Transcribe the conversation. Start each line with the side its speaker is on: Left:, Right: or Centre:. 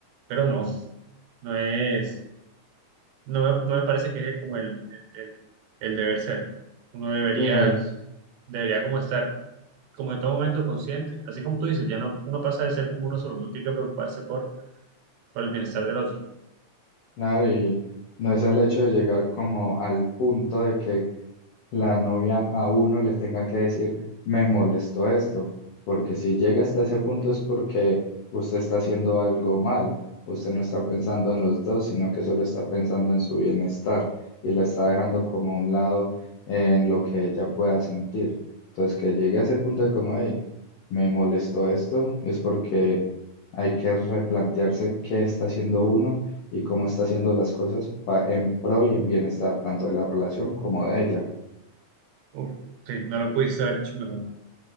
Right: Pero no, no es, no, no me parece que es como el, el, el- el deber ser. Uno debería,
Left: Sí, no es,
Right: debería como estar como en todo momento consciente, así como tú dices, ya no, uno pasa de ser como uno solo, uno tiene que preocuparse por, por el bienestar del otro.
Left: claro, y no es el hecho de llegar como al punto de que la novia a uno le tenga que decir, me molestó esto, porque si llega hasta ese punto es porque usted está haciendo algo mal, usted no está pensando en los dos, sino que solo está pensando en su bienestar y la está dejando como a un lado en lo que ella pueda sentir. Entonces, que llegue a ese punto de como, hey, me molestó esto, es porque hay que replantearse qué está haciendo uno. y cómo está haciendo las cosas pa- en pro y en bienestar tanto de la relación como de ella.
Right: Uf, sí, no lo pudiste haber dicho mejor.